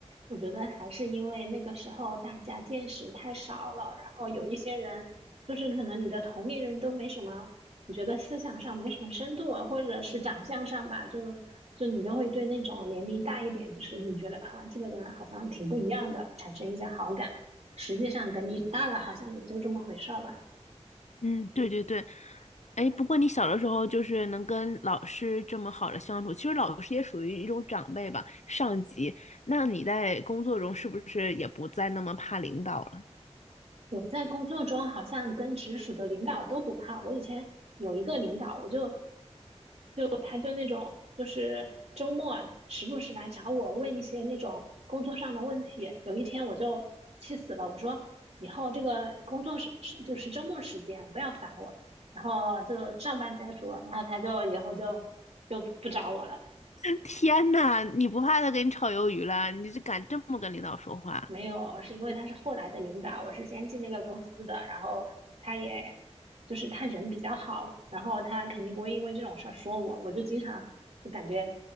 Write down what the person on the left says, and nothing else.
嗯，对对对，哎，不过你小的时候就是能跟老师这么好的相处，其实老师也属于一种长辈吧，上级。那你在工作中是不是也不再那么怕领导了？
<laughs> 天呐，你不怕他给你炒鱿鱼了？你就敢这么跟领导说话？